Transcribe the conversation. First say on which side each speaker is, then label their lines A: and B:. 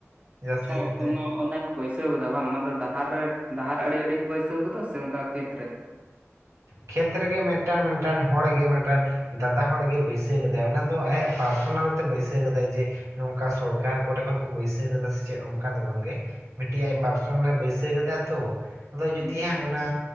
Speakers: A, on the right (about 80°); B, on the right (about 25°).
A: ᱡᱟᱹᱥᱛᱤ
B: ᱪᱷᱟᱣ᱾
A: ᱧᱚᱜ ᱛᱮ
B: ᱚᱱᱟ ᱚᱱᱮᱠ ᱵᱟᱹᱭᱥᱟᱹᱣ ᱠᱟᱫᱟ ᱵᱟᱝ, ᱚᱱᱟ ᱫᱚ ᱰᱟᱦᱟᱨ ᱨᱮ ᱰᱟᱦᱟᱨ ᱟᱹᱲᱤ ᱟᱹᱲᱤ ᱠᱚ ᱵᱟᱹᱭᱥᱟᱹᱣ ᱠᱟᱫᱟ ᱥᱮ ᱚᱱᱠᱟ ᱠᱷᱮᱛ ᱨᱮ
A: ᱠᱷᱮᱛ ᱨᱮᱜᱮ ᱢᱤᱫᱴᱟᱱ ᱢᱤᱫᱴᱟᱱ ᱦᱚᱲᱜᱮ ᱢᱤᱫᱴᱟᱱ ᱫᱟᱫᱟ ᱦᱚᱲᱜᱮ ᱵᱟᱹᱭᱥᱟᱹᱣ ᱠᱟᱫᱟᱭ᱾ᱚᱱᱟ ᱫᱚ ᱟᱭᱟᱜ ᱯᱟᱨᱥᱚᱱᱟᱞ ᱛᱮ ᱵᱟᱹᱭᱥᱟᱹᱣ ᱠᱟᱫᱟᱭ ᱡᱮ ᱱᱚᱝᱠᱟ ᱥᱚᱨᱠᱟᱨ ᱠᱚᱨᱮ ᱠᱷᱚᱱ ᱠᱚ ᱵᱟᱹᱭᱥᱟᱹᱣ ᱠᱟᱫᱟ ᱥᱮ ᱪᱮᱫ ᱚᱱᱠᱟ ᱫᱚ ᱵᱟᱝᱜᱮ ᱢᱤᱫᱴᱤᱡ ᱟᱡ
B: ᱚ
A: ᱯᱟᱨᱥᱚᱱᱟᱞ ᱵᱟᱹᱭᱥᱟᱹᱣ ᱠᱟᱫᱟ ᱛᱚ᱾ ᱟᱫᱚ ᱡᱩᱫᱤ
B: ᱦᱩᱸ
A: ᱦᱟᱸᱜ ᱚᱱᱟ